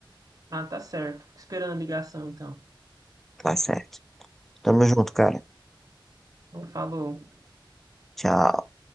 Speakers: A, on the right; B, in the centre.
A: Ah, tá certo. Fico esperando a ligação, então.
B: Tá certo. Tamo junto, cara.
A: Não falou.
B: Tchau.